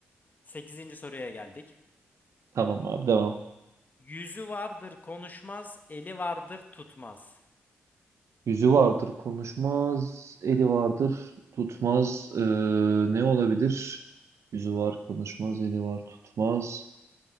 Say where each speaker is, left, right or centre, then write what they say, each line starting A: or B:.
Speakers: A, on the left; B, on the right.
A: Sekizinci soruya geldik.
B: Tamam abi devam.
A: Yüzü vardır konuşmaz, eli vardır tutmaz.
B: Yüzü vardır konuşmaz, eli vardır tutmaz. Ee, ne olabilir? Yüzü var konuşmaz, eli var tutmaz.